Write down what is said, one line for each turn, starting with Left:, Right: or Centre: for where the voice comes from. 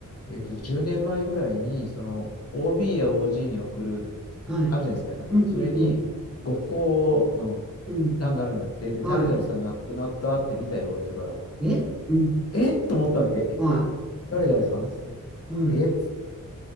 Left: えっと、10年前ぐらいに、その、OB や OG に送る、
Centre: はい。
Left: あるじゃないですか、なんか、
Centre: うん、
Left: それに、
Centre: うん、うん、
Left: ご不幸の
Centre: うん、
Left: 欄があるんだって、で、
Centre: は
Left: 誰々さん亡くなったって見たよって言うから、
Centre: い。え、うん、
Left: えっと思ったわけ。え、
Centre: はい、
Left: 誰々さんつって。
Centre: はい、
Left: えっつ